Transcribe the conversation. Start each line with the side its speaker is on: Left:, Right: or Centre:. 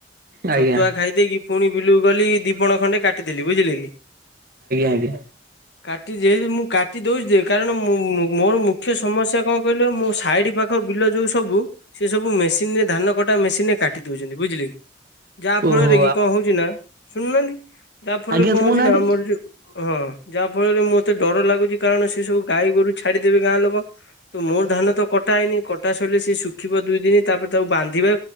Right: ଆଜ୍ଞା
Left: ଛତୁଆ ଖାଇଦେଇକି ପୁଣି ବିଲୁକୁ ଗଲି ଦି ପଣ ଖଣ୍ଡେ କାଟିଦେଲି ବୁଝିଲେ କି?
Right: ଆଜ୍ଞା
Left: କାଟିଚି ମୁଁ କାଟି ଦଉଛି ଯେ କାରଣ <inaudible> ମୋର ମୁଖ୍ୟ ସ ସମସ୍ୟା କଣ କହିଲ ମୋ ସାଇଡ ପାଖ ବିଲ ଯୋଉ ସବୁ ସେ ସବୁ ମେସିନ ରେ ଧାନ କଟା ମେସିନ ରେ କାଟ ଟି ଦଉଛନ୍ତି ବୁଝିଲେ କି ଯାହା
Right: ଓହୋ
Left: ଫଳରେ କି କଣ ହଉଛି ନା ଶୁଣୁନାହାନ୍ତି। ତା
Right: ଆଜ୍ଞା
Left: ଫଳରେ କଣ
Right: କହୁନାହାନ୍ତି
Left: ହଉଛି ନା ଆମର ଯୋଉ ହଁ ଯାହା ଫଳରେ ମତେ ଡର ଲାଗୁଛି କାରଣ ସେ ସବୁ ଗାଈ ଗୋରୁ ଛାଡିଦେବେ ଗାଁ ଲୋକ ତ ମୋ ଧାନ ତ କଟା ହେଇନି କଟା ସଇଲେ ସିଏ ଶୁଖିବ ଦୁଇ ଦିନି ତାପରେ ତାକୁ ବାନ୍ଧିବା